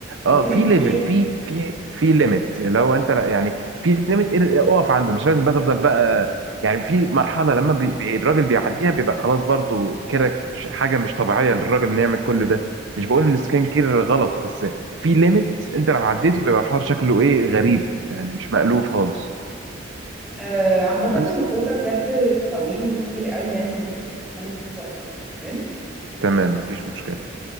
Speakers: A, in the centre; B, on the right.
A: وكريم
B: اه في ليفل
A: ايد
B: في في في ليميت لو انت لا يعني في ليميت اقف عنده مش لازم بقى تفضل بقى يعني في مرحله لما بي بي- الراجل بيعديها بيبقى خلاص برضو كده ش- حاجه مش طبيعيه للراجل انه يعمل كل ده مش بقول ان سكين كير غلط بس في ليميت انت لو عديته بيبقى الحوار شكله ايه غريب يعني مش مألوف خالص
A: آه، عامة الموضوع
B: بس
A: ده بجد طويل وكبير قوي يعني احنا ممكن نبقى نتكلم فيه في وقت تاني تمام
B: تمام مفيش مشكله